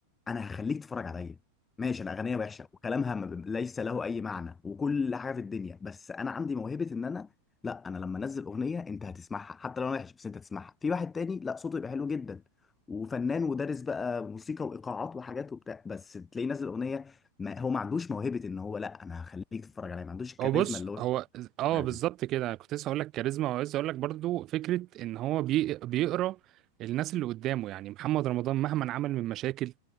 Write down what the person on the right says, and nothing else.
هو بص
هو اه
بالظبط كده أنا كنت لسه هقول لك كاريزما وعايز اقول لك برضو فكره ان هو بي... بيقرا الناس اللي قدامه يعني محمد رمضان مهما عمل من مشاكل